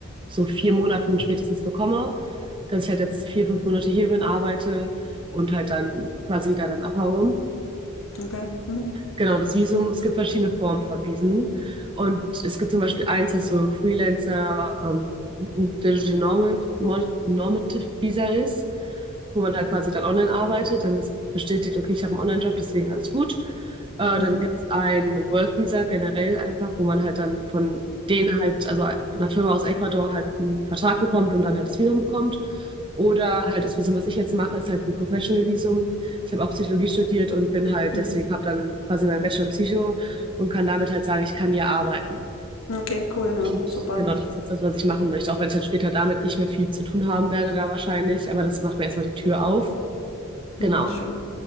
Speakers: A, on the right; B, on the left.
A: so vier Monaten spätestens bekomme, dass ich halt jetzt vier, fünf Monate hier bin, arbeite und halt dann quasi da dann abhaue.
B: Okay. Mhm.
A: Genau, das Visum, es gibt verschiedene Formen von Visen. Und es gibt zum Beispiel eins, das so Freelancer, ähm, Digital Normal, Mon- Normative Visa ist, wo man halt quasi dann online arbeitet, dann ist bestätigt, okay, ich habe einen Online-Job, deswegen alles gut. Äh,
B: Mhm.
A: dann gibt es ein Work Visa generell einfach, wo man halt dann von denen halt, also einer Firma aus Ecuador halt einen Vertrag bekommt und dann halt das Visum bekommt. Oder halt das Visum, was ich jetzt mache, ist halt ein Professional Visum. Ich habe auch Psychologie studiert und bin halt,
B: Mhm.
A: deswegen habe dann quasi meinen Bachelor in Psycho und kann damit halt sagen, ich kann hier arbeiten.
B: Okay, cool, ja,
A: Und
B: super.
A: genau, das ist jetzt das, was ich machen möchte, auch wenn ich dann später damit nicht mehr viel zu tun haben werde, da wahrscheinlich. Aber das macht mir erstmal die Tür auf.
B: Mhm,
A: Genau,
B: schön.